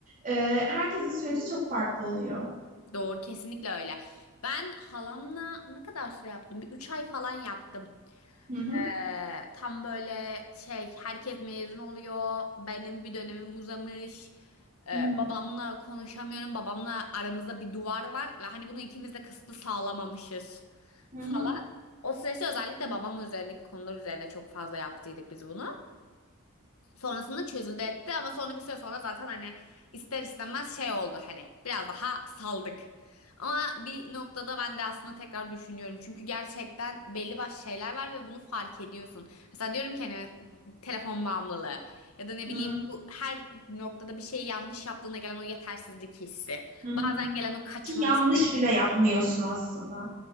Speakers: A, on the right (about 40°); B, on the left (about 85°).
A: Ee, herkesin süreci çok farklı oluyor.
B: Doğru, kesinlikle öyle. Ben halamla ne kadar süre yaptım? Bir üç ay falan yaptım.
A: Hı hı,
B: Ee, tam böyle şey herkes mezun oluyor. Benim bir dönemim uzamış. Ee,
A: hı hı,
B: babamla konuşamıyorum. Babamla aramızda bir duvar var ve hani bunu ikimiz de kısıtlı sağlamamışız
A: hı
B: falan.
A: hı,
B: O süreçte özellikle babam üzerindeki konular üzerine çok fazla yaptıydık biz bunu. Sonrasında çözüldü etti ama sonra bir süre sonra zaten hani ister istemez şey oldu hani biraz daha saldık. Ama bir noktada ben de aslında tekrar düşünüyorum. Çünkü gerçekten belli başlı şeyler var ve bunu fark ediyorsun. Mesela diyorum ki hani telefon bağımlılığı ya da ne bileyim
A: hı hı,
B: bu her noktada bir şeyi yanlış yaptığında gelen o yetersizlik hissi.
A: hı hı.
B: Bazen gelen o kaçma
A: Ki yanlış
B: isteği.
A: bile yapmıyorsun aslında.